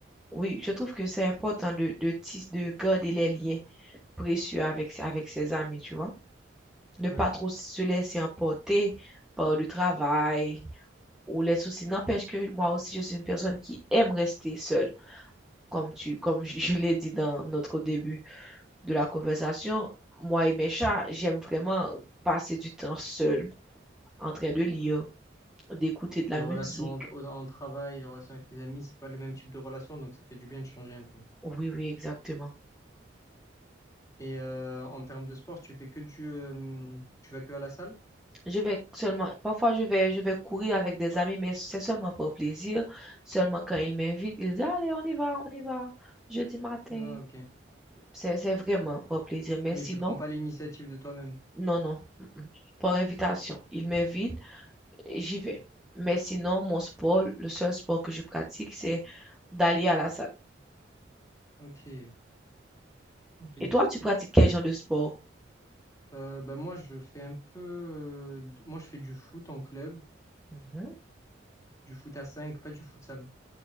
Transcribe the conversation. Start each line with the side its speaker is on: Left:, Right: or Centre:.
Centre: oui, je trouve que c'est important de, de, tis- de garder les liens précieux avec, avec ses amis, tu vois. Ne
Left: Ouais.
Centre: pas trop se laisser emporter par le travail ou les soucis. N'empêche que moi aussi, je suis une personne qui aime rester seule Comme tu, comme je je l'ai dit dans notre début de la conversation, moi et mes chats, j'aime vraiment passer du temps seul, en train de lire, d'écouter de la
Left: Les
Centre: musique.
Left: relations en, au- en travail, les relations avec les amis, c'est pas le même type de relation, donc ça fait du bien de changer un peu.
Centre: Oui, oui, exactement.
Left: Et euh, en termes de sport, tu fais que du... euh, tu vas que à la salle?
Centre: Je vais seulement, parfois je vais, je vais courir avec des amis, mais c'est seulement pour plaisir. Seulement quand ils m'invitent, ils disent, allez, on y va, on y va, jeudi matin.
Left: Ah, ok.
Centre: C'est, c'est vraiment pour plaisir. Mais
Left: Mais
Centre: sinon,
Left: tu prends pas l'initiative de toi-même.
Centre: non, non, mm, mm, par invitation. Ils m'invitent. j'y vais. Mais sinon, mon sport, le seul sport que je pratique, c'est d'aller à la salle.
Left: Ok, ok.
Centre: Et toi, tu pratiques quel genre de sport?
Left: Euh, bah moi, je fais un peu... euh, d- moi, je fais du foot en club.
Centre: Mhm.
Left: Du foot à 5 pas du futsal.